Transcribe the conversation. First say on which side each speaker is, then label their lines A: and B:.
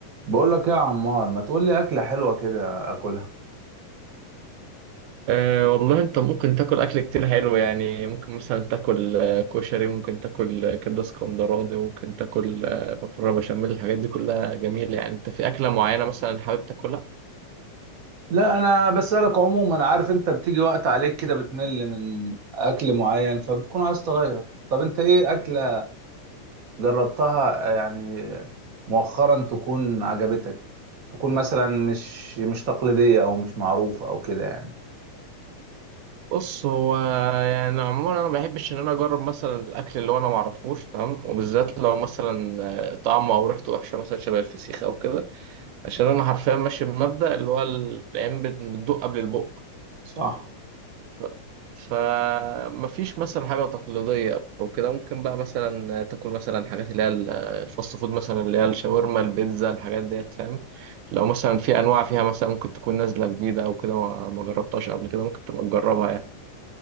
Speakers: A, on the right; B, on the right.
A: بقول لك إيه يا عمار ما تقول لي اكله حلوه كده اكلها
B: أه والله انت ممكن تاكل اكل كتير حلو يعني ممكن مثلا تاكل آه، كشري ممكن تاكل آه، كبده اسكندراني ممكن تاكل آه، مكرونه بشاميل الحاجات دي كلها جميله يعني انت في اكله معينه مثلا حابب تاكلها
A: لا انا بسالك عموما عارف انت بتيجي وقت عليك كده بتمل من اكل معين فبتكون عايز تغير طب انت ايه اكله جربتها يعني مؤخرا تكون عجبتك تكون مثلا مش مش تقليديه او مش معروفه او كده يعني
B: بص هو يعني عموما انا ما بحبش ان انا اجرب مثلا الاكل اللي هو انا ما اعرفوش تمام وبالذات لو مثلا آه، طعمه او ريحته وحشه مثلا شبه الفسيخ او كده عشان انا حرفيا ماشي بمبدأ اللي هو العين بت- بتدوق قبل البق
A: صح
B: ف... فمفيش مثلا حاجة تقليدية أو كده ممكن بقى مثلا تاكل مثلا حاجات اللي هي ال- الفاست فود مثلا اللي هي الشاورما البيتزا الحاجات ديت فاهم لو مثلا في أنواع فيها مثلا ممكن تكون نازلة جديدة أو كده ما ما جربتهاش قبل كده ممكن تبقى تجربها يعني